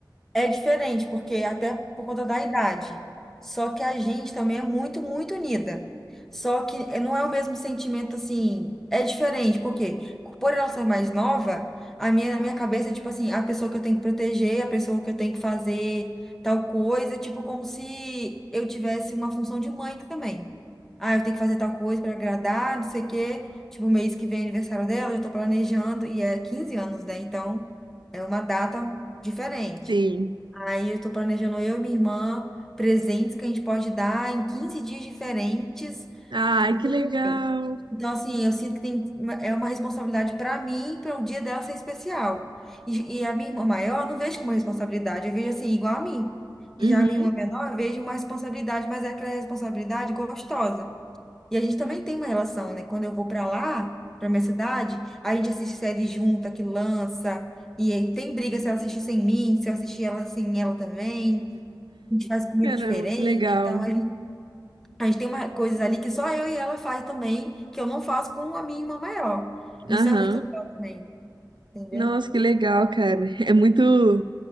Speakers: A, in the centre; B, on the right.
A: É diferente, porque até por conta da idade. Só que a gente também é muito, muito unida. Só que não é o mesmo sentimento assim. É diferente, porque por ela ser mais nova, a minha, na minha cabeça é tipo assim, a pessoa que eu tenho que proteger, a pessoa que eu tenho que fazer tal coisa, tipo como se eu tivesse uma função de mãe também. Ah, eu tenho que fazer tal coisa para agradar, não sei o quê. Tipo, mês que vem é aniversário dela, eu já tô planejando, e é 15 anos, né? Então, é uma data diferente.
B: Sim.
A: Aí eu estou planejando eu e minha irmã presentes que a gente pode dar em 15 dias diferentes,
B: Ai,
A: entendeu?
B: que legal.
A: Então, assim, eu sinto que tem uma- é uma responsabilidade para mim, para um dia dela ser especial. E, e a minha irmã maior, eu não vejo como uma responsabilidade, eu vejo assim, igual a mim. E
B: Uhum.
A: já a minha irmã menor, eu vejo uma responsabilidade, mas é aquela responsabilidade gostosa. E a gente também tem uma relação, né? Quando eu vou para lá, para minha cidade, a gente assiste série junta, que lança. E aí tem briga se ela assistir sem mim, se eu assistir ela sem ela também. A gente faz comida
B: Caramba,
A: diferente,
B: que legal.
A: então a gente, a gente tem uma, coisas ali que só eu e ela faz também, que eu não faço com a minha irmã maior. Isso
B: Aham.
A: é muito legal também, entendeu?
B: Nossa, que legal, cara. É muito.